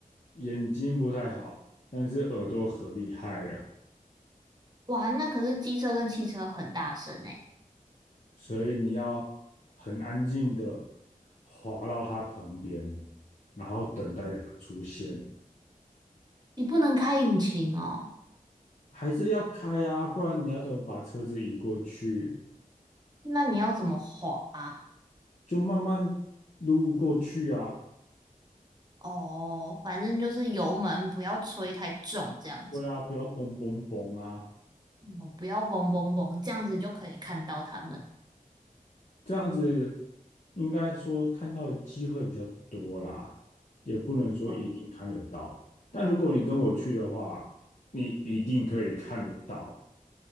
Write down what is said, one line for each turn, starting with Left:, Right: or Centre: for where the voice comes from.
Left: 眼睛不太好，但是耳朵可厉害了，
Right: 哇，那可是机车跟汽车很大声诶，
Left: 所以你要很安静的滑到它旁边，然后等待它出现，
Right: 你不能开引擎哦，
Left: 还是要开啊，不然你要怎么把车子移过去？
Right: 那你要怎么滑啊？
Left: 就慢慢撸过去啊，
Right: 哦，反正就是油门不要吹太重，这样子，
Left: 对啊，不要嘣嘣嘣啊。
Right: 哦，不要嘣嘣嘣，这样子就可以看到他们。
Left: 这样子应该说看到的机会比较多啦，也不能说一定看得到。
Right: 哦，
Left: 但如果你跟我去的话，你一定可以看得到。